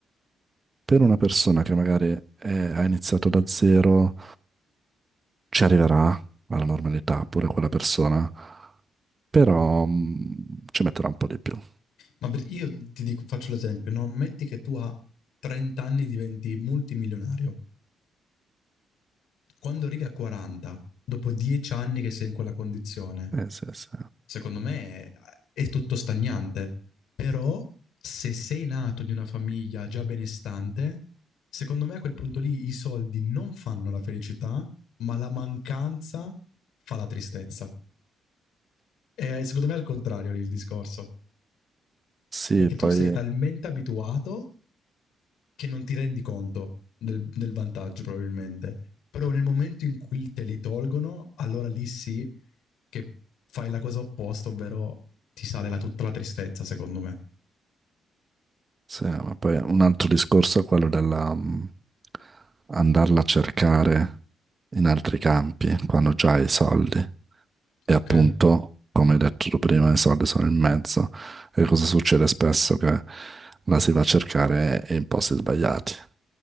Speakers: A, on the right; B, on the left.
A: Per una persona che magari eh, ha iniziato da zero, ci arriverà alla normalità pure quella persona, però mh, ci metterà un po' di più.
B: Ma per- io ti dico, faccio l'esempio, no? Metti che tu a 30 anni diventi multimilionario. Quando arrivi a 40, dopo 10 anni che sei in quella condizione,
A: Eh, sì, sì.
B: secondo me è è tutto stagnante. Però se sei nato in una famiglia già benestante, secondo me a quel punto lì i soldi non fanno la felicità, ma la mancanza fa la tristezza. E secondo me è al contrario lì il discorso,
A: Sì,
B: perché
A: poi
B: tu sei talmente abituato che non ti rendi conto del, del vantaggio probabilmente. Però nel momento in cui te li tolgono, allora lì sì che fai la cosa opposta, ovvero ti sale la- tutta la tristezza, secondo me.
A: Sì, ma poi un altro discorso è quello della mh, andarla a cercare in altri campi quando già hai i soldi. E
B: Ok,
A: appunto, come hai detto tu prima, i soldi sono in mezzo. E cosa succede spesso? Che la si va a cercare in posti sbagliati.